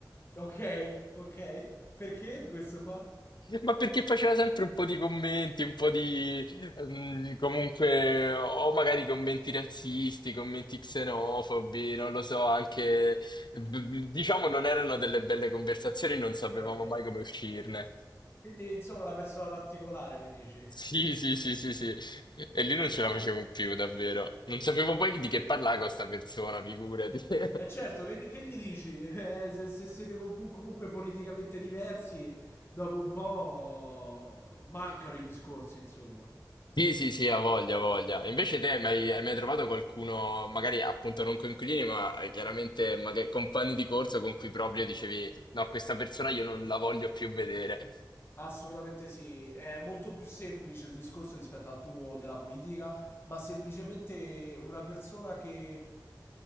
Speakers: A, on the left; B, on the left.
A: Ok, ok. Perché di questo qua?
B: ma perché faceva sempre un po' di commenti, un po' di ehm, comunque, o magari commenti razzisti, commenti xenofobi, non lo so, anche mm, diciamo non erano delle belle conversazioni, non sapevamo
A: Ok.
B: mai come uscirne.
A: Quindi, insomma, una persona particolare, mi dici?
B: Sì, sì, sì, sì, sì. E lì non
A: Ti
B: ce
A: prego.
B: la facevo più, davvero. Non sapevo poi
A: Ci
B: di
A: credo.
B: che parlare con sta persona, figurati. <laughs>
A: E certo, che, gli che gli dici? <laughs> Eh, se, se siete compu- comunque politicamente diversi, dopo un po' mancano i discorsi, insomma.
B: Sì, sì, sì, ha voglia, ha voglia. E Invece te hai mai, hai mai trovato qualcuno, magari appunto non coinquilini, ma eh, chiaramente magari compagni di corso con cui proprio dicevi, no, questa persona io non la voglio più vedere.
A: Assolutamente sì, è molto più semplice il discorso rispetto al tuo della politica, ma semplicemente una persona che, eh,